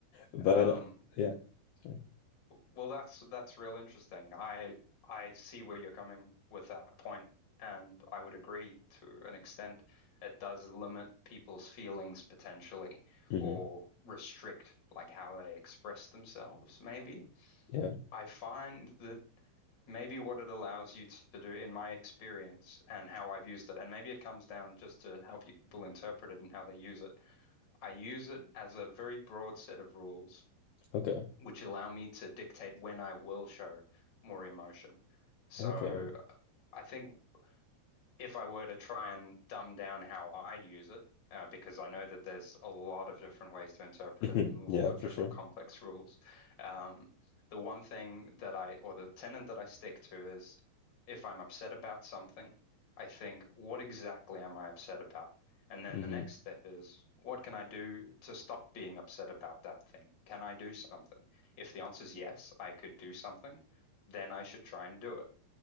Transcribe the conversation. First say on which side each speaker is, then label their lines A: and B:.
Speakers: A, on the left (about 80°); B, on the left (about 40°).
A: But
B: Um,
A: uh, yeah, sorry.
B: well, that's that's real interesting. I I see where you're coming with that point, and I would agree to an extent. It does limit people's feelings potentially,
A: hmm
B: or restrict like how they express themselves, maybe.
A: Yeah.
B: I find that maybe what it allows you to do in my experience and how I've used it. And maybe it comes down just to how people interpret it and how they use it. I use it as a very broad set of rules,
A: Okay.
B: which allow me to dictate when I will show more emotion. So
A: Okay.
B: I think if I were to try and dumb down how I use it, uh, because I know that there's a lot of different ways to interpret
A: <laughs>
B: it
A: hmm
B: and a lot
A: Yeah,
B: of
A: for
B: different
A: sure.
B: complex rules. Um, the one thing that I, or the tenet that I stick to is if I'm upset about something, I think, what exactly am I upset about? And then
A: hmm
B: the next step is, what can I do to stop being upset about that thing? Can I do something? If the answer is yes, I could do something, then I should try and do it